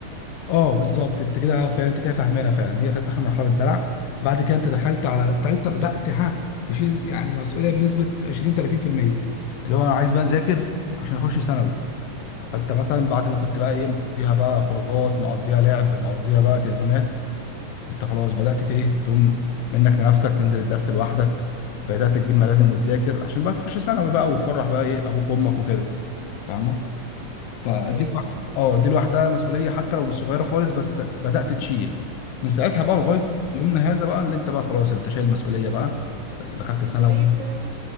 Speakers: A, on the left; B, on the right.
A: اه بالظبط انت كده فعلا انت كده فاهمانه فعلا هي كانت اخر مرحله في الدلع بعد كده انت دخلت على ثالثه بدات ها تشيل يعني مسؤوليه بنسبه 20 30% اللي هو انا عايز بقى اذاكر عشان اخش ثانوي فانت مثلا بعد ما كنت بقى ايه
B: ايوه
A: مقضيها بقى خروجات مقضيها لعب مقضيها بقى تليفونات انت خلاص بدأت ت- ايه تقوم منك لنفسك تنزل الدرس لوحدك بدأت تجيب ملازم وتذاكر عشان بقى تخش ثانوي بقى وتفرح بقى ايه ابوك وامك وكده فاهمه فدي
B: أيوه
A: الواحده اه دي لوحدها مسؤوليه حتى لو صغيره خالص بس بدأت تشيل من ساعتها بقى لغايه يومنا هذا بقى اللي انت بقى خلاص انت شايل مسؤوليه بقى د- دخلت
B: مسؤولية
A: ثانوي
B: ثانوي